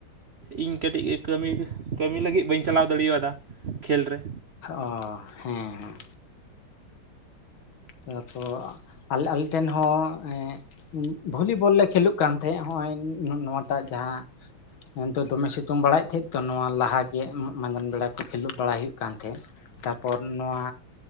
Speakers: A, on the right; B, on the left.
A: ᱤᱧ ᱠᱟᱹᱴᱤᱡ ᱠᱟᱹᱢᱤ ᱫᱟ᱾ ᱠᱟᱹᱢᱤ ᱞᱟᱹᱜᱤᱫ ᱵᱟᱹᱧ ᱪᱟᱞᱟᱣ ᱫᱟᱲᱮᱣᱟᱫᱟ ᱠᱷᱮᱞ ᱨᱮ᱾
B: ᱚ ᱦᱮᱸ ᱦᱮᱸ <unintelligible> ᱟᱞᱮ ᱟᱞᱮ ᱴᱷᱮᱱ ᱦᱚᱸ ᱮᱸ ᱵᱷᱚᱞᱤᱵᱚᱞ ᱞᱮ ᱠᱷᱮᱞᱳᱜ ᱠᱟᱱ ᱛᱟᱦᱮᱸᱫ ᱱᱚᱜ ᱚᱭ ᱱᱚᱣᱟᱴᱟᱜ ᱡᱟᱦᱟᱸ ᱮᱱᱛᱮ ᱫᱚᱢᱮ ᱥᱤᱛᱩᱝ ᱵᱟᱲᱟᱭᱮᱫ ᱛᱟᱦᱮᱸᱜ ᱛᱚ ᱱᱚᱣᱟ ᱞᱟᱦᱟ ᱜᱮ ᱢᱟᱸᱡᱟᱱ ᱵᱮᱲᱟ ᱠᱚ ᱠᱷᱮᱞᱳᱜ ᱵᱟᱲᱟᱭ ᱦᱩᱭᱩᱜ ᱠᱟᱱ ᱛᱟᱦᱮᱸᱫ᱾ ᱛᱟᱯᱚᱨ ᱱᱚᱣᱟ